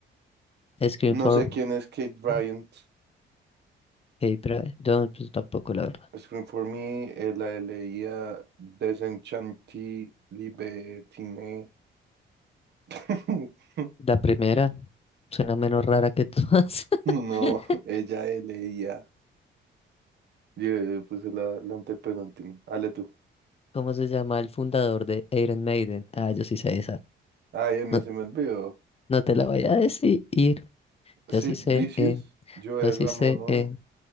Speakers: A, on the left; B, on the right.
A: Screen for.
B: No sé quién es Kate Bryant.
A: Ok, bra- Yo pues, tampoco la verdad.
B: Scream for Me, eh, la leía Desenchanti Libertine. <laughs>
A: La primera suena menos rara que todas.
B: No,
A: <laughs>
B: ella leía. Yo, yo puse la, la antepenúltima. Hale tú.
A: ¿Cómo se llama el fundador de Iron Maiden? Ah, yo sí sé esa.
B: Ay, a mí
A: No,
B: se me olvidó.
A: no te la voy a decir. Yo
B: Sid
A: sí sé.
B: Vicious,
A: eh,
B: Joe
A: yo sí
B: Ramone,
A: sé. eh,